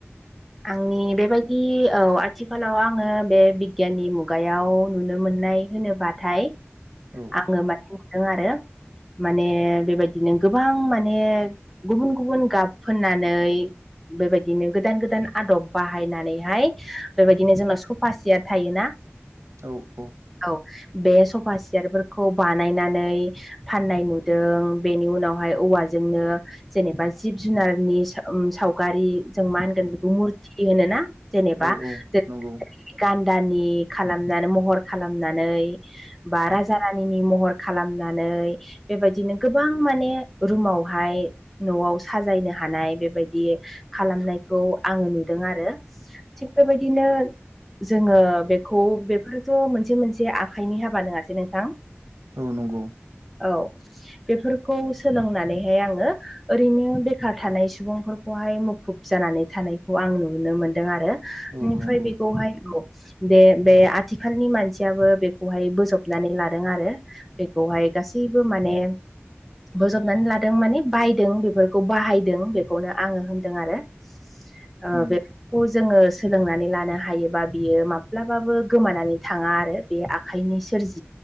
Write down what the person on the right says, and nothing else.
औ।
औ औ।
औ
औ औ
नंगौ
औ
औ नंगौ
औ
नंगौ
उम